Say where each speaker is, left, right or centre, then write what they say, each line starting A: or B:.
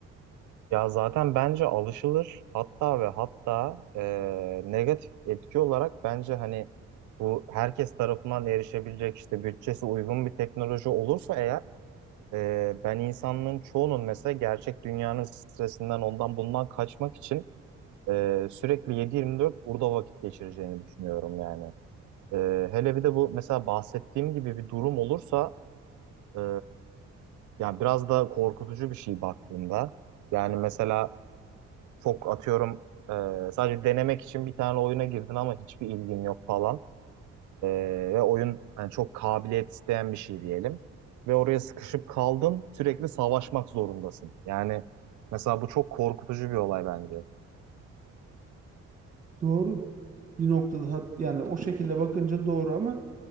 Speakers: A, on the right; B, on the right.
A: Ya zaten bence alışılır. Hatta ve hatta eee, negatif etki olarak bence hani bu herkes tarafından erişebilecek işte bütçesi uygun bir teknoloji olursa eğer Ee, ben insanlığın çoğunun mesela gerçek dünyanın stresinden ondan bundan kaçmak için e, sürekli 7-24 burada vakit geçireceğini düşünüyorum yani. Ee, hele bir de bu mesela bahsettiğim gibi bir durum olursa e, yani biraz da korkutucu bir şey baktığında. Yani mesela çok atıyorum e, sadece denemek için bir tane oyuna girdin ama hiçbir ilgin yok falan. Ee, ve oyun hani çok kabiliyet isteyen bir şey diyelim. Ve oraya sıkışıp kaldın sürekli savaşmak zorundasın. Yani mesela bu çok korkutucu bir olay bence.
B: Doğru. Bir noktada hat- yani o şekilde bakınca doğru ama